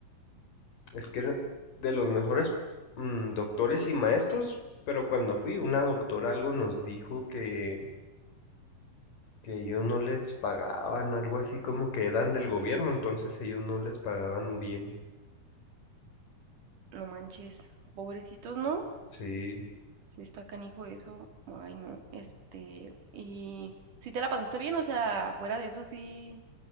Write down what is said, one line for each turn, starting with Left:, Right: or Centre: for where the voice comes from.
Left: es que de los mejores mm, doctores y maestros, pero cuando fui, una doctora algo nos dijo que que ellos no les pagaban, algo así como que eran del gobierno, entonces ellos no les pagaban bien.
Right: No manches, pobrecitos, ¿no?
Left: Sí,
Right: Si está canijo eso, ay no, este, y si te la pasaste bien, o sea, fuera de eso sí,